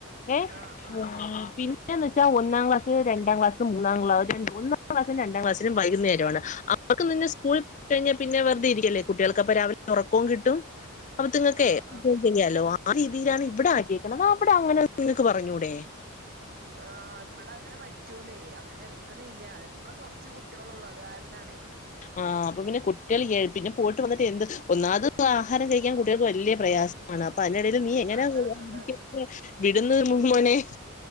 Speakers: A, on the left (about 35°); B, on the right (about 45°).
A: ഏഹ്
B: ആഹ് ആഹ് ആഹ്
A: പിന്നെ ന്ന് വെച്ചാ ഒന്നാം ക്ലാസ് രണ്ടാം ക്ലാസ് മൂന്നാംക്ലാസ്ണ്ട് ഒന്നാം ക്ലാസും രണ്ടാം ക്ലാസും വൈകുന്നേരമാണ്. അവക്ക് പിന്നെ സ്കൂള്
B: ആഹ്
A: കഴിഞ്ഞാൽ പിന്നെ വെറുതെ ഇരിക്കല്ലേ കുട്ടികൾക്കപ്പ രാവിലെ ഉറക്കവും കിട്ടും അപ്പൊത്ത്ങ്ങൾക്കെ
B: ആഹ്
A: <unintelligible>
B: ആഹ്
A: ചെയ്യാലോ? ആ രീതിയിലാണ് ഇവിടെ ആക്കിക്കുന്നത് അവിടെ അങ്ങനെ നിങ്ങക്ക് പറഞ്ഞൂടെ
B: ആഹ് ഇവിടെ അങ്ങനെ പറ്റൂലേ അങ്ങനെ എടുക്കണില്ല ഇവിടെ കൊറച്ച് കുട്ടികളള്ളു അത് കാരണം കൊണ്ടാണ്
A: ആഹ് അപ്പൊ പിന്നെ കുട്ടികൾ പിന്നെ പോയിട്ട് വന്നിട്ട് എന്ത് ഒന്നാത് ആഹാരം കഴിക്കാൻ കുട്ടികൾക്ക് വലിയ പ്രയാസം ആണ് അപ്പൊ അതിനിടയിലും നീ എങ്ങനാരിക്കും
B: അതാണ് അതാണ്
A: വിടുന്നത് മോനെ